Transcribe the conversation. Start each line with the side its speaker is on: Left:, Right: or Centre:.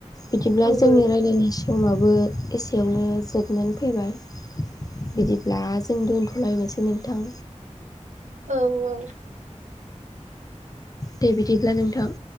Left: बिदिब्ला
Right: आंबो
Left: जोंनि रायलायनाय समाबो एसेयावनो जोबनानै फैबाय ‌ बिदिब्ला जों दोनथ'लायनोसै नोंथां
Right: औ औ
Left: दे बिदिब्ला नोंथां